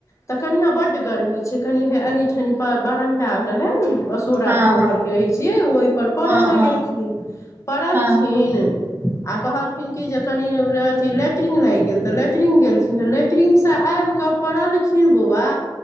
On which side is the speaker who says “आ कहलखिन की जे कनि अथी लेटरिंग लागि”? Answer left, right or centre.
Left